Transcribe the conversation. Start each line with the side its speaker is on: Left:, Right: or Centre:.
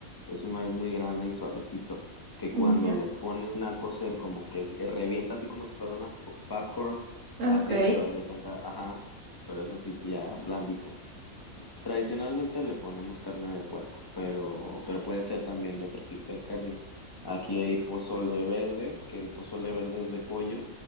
Left: Es un maíz muy grande y suavecito, que cuando
Right: mm, ya,
Left: lo pone una a cocer, como que se- revienta así como si fuera una po- popcorn,
Right: ah,
Left: así,
Right: ok.
Left: pero haz de cuenta, ajá, pero es así ya blandito. Tradicionalmente le ponemos carne de puerco, pero, pero puede ser también de otro tipo de carne. Aquí hay pozole verde, que el pozole verde es de pollo